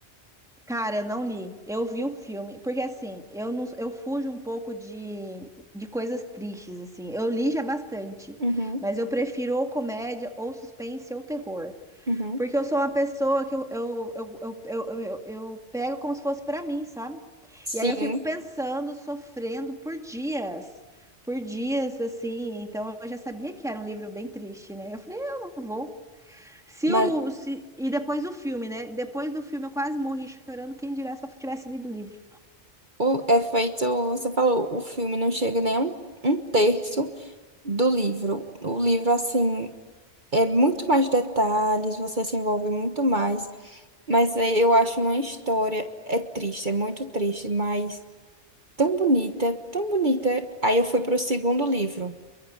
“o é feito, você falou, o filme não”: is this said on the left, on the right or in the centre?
Right